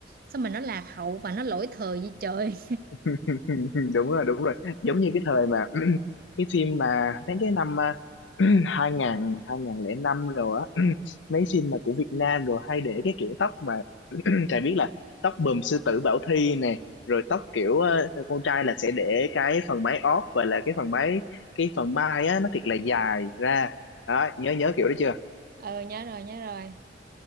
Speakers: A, on the right (about 50°); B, on the left (about 80°).
A: xong mà nó lạc hậu và nó lỗi thời như trời
B: <laughs> đúng rồi đúng rồi giống như cái thời mà <clears throat> cái phim mà mấy cái năm à, <clears throat> hai ngàn hai ngàn lẻ năm rồi á <clears throat> mấy phim mà của Việt Nam rồi hay để cái kiểu tóc mà <clears throat> Trà biết là tóc bùm sư tử Bảo Thy nè rồi tóc kiểu ờ, con trai là sẽ để cái phần mái ót và là cái phần mái cái phần mai á nó thiệt là dài ra đó nhớ nhớ kiểu đó chưa
A: <laughs> ờ nhớ rồi nhớ rồi